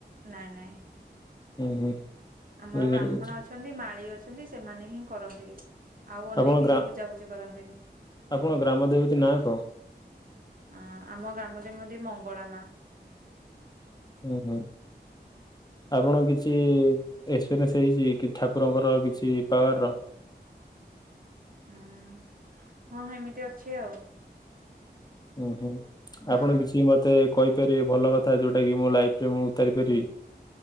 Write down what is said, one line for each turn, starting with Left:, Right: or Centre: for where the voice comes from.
Right: ନାଇଁ ନାଇଁ
Left: ହୁଁ ହୁଁ।
Right: ଆମର
Left: ବୁଝିଲି
Right: ବ୍ରାହ୍ମଣ
Left: ବୁଝିଲି
Right: ଅଛନ୍ତି ମାଳି ଅଛନ୍ତି ସେମାନେ ହିଁ କରନ୍ତି। ଆଉ ଅନ୍ୟ
Left: ଆପଣ
Right: କେହି
Left: ଗ୍ରା
Right: ପୂଜାପୁଜି କରନ୍ତିନି।
Left: ଆପଣ ଗ୍ରାମ ଦେବତୀ ନାଁ କଣ?
Right: ଆଁ ଆମ ଗ୍ରାମ ଦେବତୀ ମଙ୍ଗଳା ମା।
Left: ହୁଁ ହୁଁ ଆପଣ କିଛି ଏକ୍ସପିରିଏନ୍ସ ହେଇଛି କି ଠାକୁରଙ୍କର କିଛି ପାୱାର ର।
Right: ହୁଁ ହଁ ହେମିତି ଅଛି ଆଉ।
Left: ହୁଁ ହୁଁ
Right: ଅ
Left: ଆପଣ କିଛି ମତେ କହିପାରିବେ ଭଲ କଥା ଯୋଉଟା କିି ମୋ ଲାଇଫରେ ମୁଁ ଉତାରି ପାରିବି।